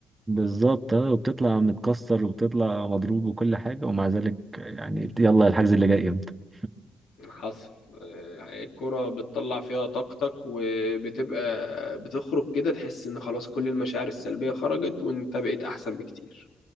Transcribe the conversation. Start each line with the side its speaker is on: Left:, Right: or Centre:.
Right: بالظبط اه وبتطلع متكسر وبتطلع مضروب وكل حاجة ومع ذلك يعني يلا الحجز اللي جاي امتى
Left: حصل آه، الكورة بتطلع فيها طاقتك وبتبقى بتخرج كده تحس ان خلاص كل المشاعر السلبية خرجت وانت بقيت احسن بكتير